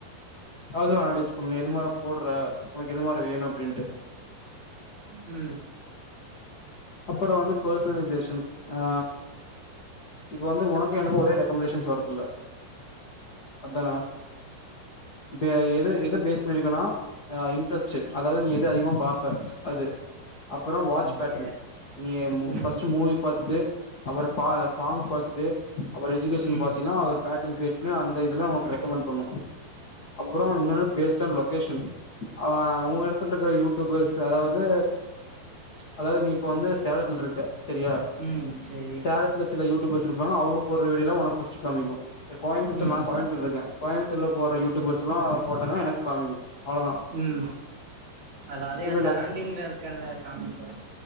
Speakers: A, on the left; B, on the right.
A: அதுவு அனலைஸ் பண்ணு எது மார் போடுற ஒனக்கு எது மார் வேணு அப்டின்ட்டு
B: ம்
A: அப்பறோ வந்து பர்சலைசேஷன் ஆ இப்ப வந்து ஒனக்கு எனக்கு ஒரே ரெக்கமண்டேஷன்ஸ் வரதுல்ல அப்தான இப்ப எது எத பேஸ் பண்ணி இருக்குனா ஆ இன்ட்ரஸ்ட்டு அதாவது நீ எது அதிகமா பாப்ப அது அப்பறோ வாட்ச்
B: ஓகே
A: பேட்டன் நீ
B: ம்
A: ஃபஸ்ட் மூவி பாத்துட்டு அப்பறோ பாஸ் சாங் பாத்துட்டு அப்பறோ எஜுகேஷன்
B: ம்
A: பாத்தீனா அது பேட்டன் கிரியேட் பண்ணி அந்த இதுலா உனக் ரெக்கமெண்ட் பண்ணு அப்பறோ
B: ஓகே
A: இன்னோன்னு
B: ஓகே
A: பேஸ்ட் ஆனா லொகேஷன் அவ ஊ எடத்துல இருக்கிற யூடூபர்ஸ் அதாவது அதாவது நீ இப்ப வந்து சேலத்துல்ருக்க சரியா
B: ம் சேரி
A: சேலத்துல சில யூடூபர்ஸ் இருப்பாங்க அவுங்க போடுற வீடியோல்லா ஒனக் ஃபர்ஸ்ட்டு காமிக்கு இப்ப கோயம்முத்தூர்லா
B: ம்
A: நா கோயம்முத்தூர்ல இருக்கே கோயம்முத்தூர்ல போற யூடூபர்ஸ்ல்லா போட்டாங்கன்னா எனக்கு காமிக்கு அவ்ளோதா
B: ம் அதாது எ சரோண்டிங்ல
A: லக்
B: இருக்கறத காமிக்கு